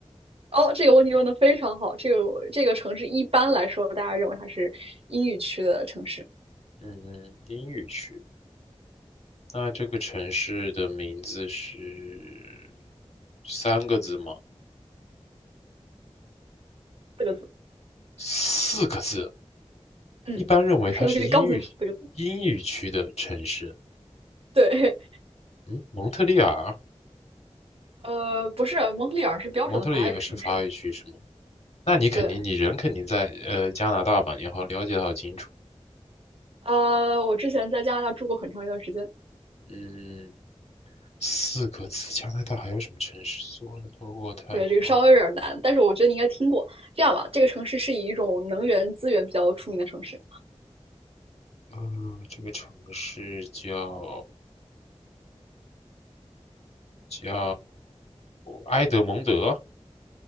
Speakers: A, on the right (about 55°); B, on the left (about 70°).
A: 哦，这个问题问的非常好。这个这个城市一般来说，大家认为它是英语区的城市，
B: 嗯，英语区。那这个城市的名字是三个字吗？
A: 四个字。
B: 四个字。
A: 嗯，
B: 一般认为它是英语英语区的城市。
A: 我说的可以告诉你是四个字。对，
B: 嗯，蒙特利尔，
A: 呃，不是，蒙特利尔是标准的法语城市啊。
B: 蒙特利尔是法语区是吗？那你肯定，
A: 对，
B: 你人肯定在呃加拿大吧？你好了解的好清楚。
A: 呃，我之前在加拿大住过很长一段时间。
B: 嗯，四个字，加拿大还有什么城市？索伦多、渥太华，
A: 对，这个稍微有点难，但是我觉得你应该听过。这样吧，这个城市是以一种能源资源比较出名的城市，
B: 呃，这个城市叫叫埃德蒙德，